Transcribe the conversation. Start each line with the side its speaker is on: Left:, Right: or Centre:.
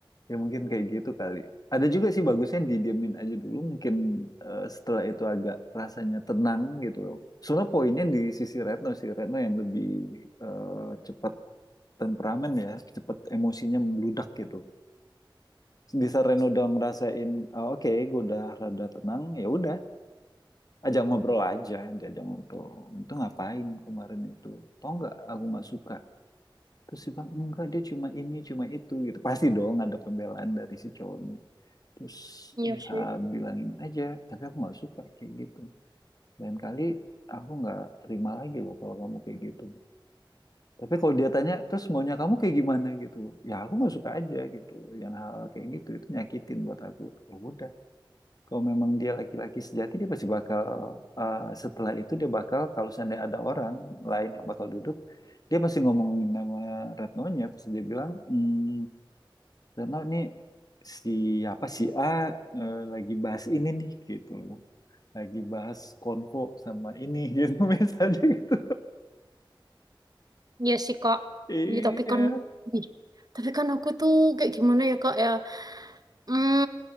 Left: Ya mungkin kayak gitu kali. Ada juga sih bagusnya didiemin aja dulu. Mungkin eh, setelah itu agak rasanya tenang gitu. Soalnya poinnya di sisi Retno sih. Retno yang lebih eh, cepat temperamen ya. Cepat emosinya membludak gitu. Di saat Retno udah ngerasain, "Oh, oke gue udah rada tenang. Ya udah, ajak ngobrol aja. Diajak ngobrol. Itu ngapain kemarin itu? Tau nggak aku nggak suka. Terus dia bilang, enggak dia cuma ini, cuma itu gitu. Pasti dong ada pembelaan dari si cowoknya. terus
Right: Iya
Left: ya
Right: sih.
Left: bilangin aja tapi aku nggak suka kayak gitu lain kali aku nggak terima lagi loh kalau kamu kayak gitu tapi kalau dia tanya terus maunya kamu kayak gimana gitu loh. ya aku nggak suka aja gitu yang hal kayak gitu itu nyakitin buat aku ya udah kalau memang dia laki-laki sejati dia pasti bakal eh, setelah itu dia bakal kalau seandainya ada orang lain yang bakal duduk dia pasti ngomongin nama Retno-nya pasti dia bilang hmm. Karena ini siapa si A eh, lagi bahas ini nih gitu loh. Lagi bahas konvo sama ini <laughs> gitu misalnya gitu.
Right: Iya sih Kak.
Left: Iya.
Right: Iya tapi kan Ih, tapi kan aku tuh kayak gimana ya Kak ya? Hmm,